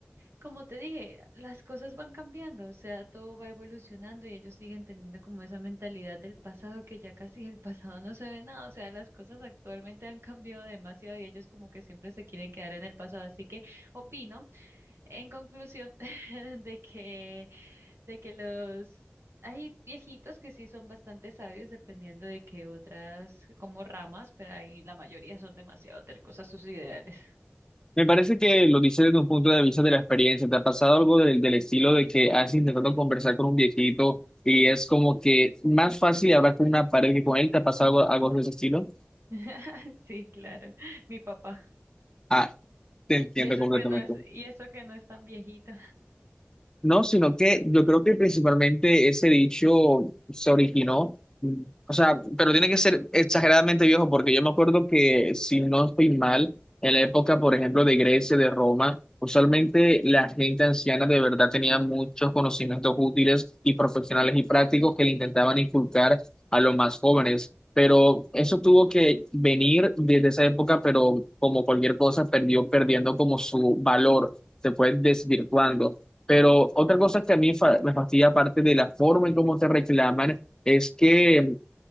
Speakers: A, on the right; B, on the left.
A: como te dije, las cosas van cambiando, o sea, todo va evolucionando y ellos siguen teniendo como esa mentalidad del pasado que ya casi el pasado no se ve nada, o sea, las cosas actualmente han cambiado demasiado y ellos como que siempre se quieren quedar en el pasado, así que opino en conclusión <laughs> de que de que los hay viejitos que sí son bastante sabios dependiendo de que otras como ramas, pero ahí la mayoría son demasiado tercos a sus ideales.
B: Me parece que lo dices desde un punto de vista de la experiencia. ¿Te ha pasado algo del, del estilo de que has intentado conversar con un viejito y es como que más fácil hablar con una pared que con él? ¿Te ha pasado algo, algo de ese estilo?
A: <laughs> Sí, claro, mi papá.
B: Ah, te entiendo
A: Y eso
B: completamente.
A: que no es, y eso que no es tan viejito.
B: No, sino que yo creo que principalmente ese dicho se originó, mm, o sea, pero tiene que ser exageradamente viejo, porque yo me acuerdo que, si no estoy mal, en la época, por ejemplo, de Grecia, de Roma, usualmente la gente anciana de verdad tenía muchos conocimientos útiles y profesionales y prácticos que le intentaban inculcar a los más jóvenes. Pero eso tuvo que venir desde esa época, pero como cualquier cosa, perdió perdiendo como su valor, se fue desvirtuando. Pero otra cosa que a mí fa- me fastidia, aparte de la forma en cómo te reclaman, es que,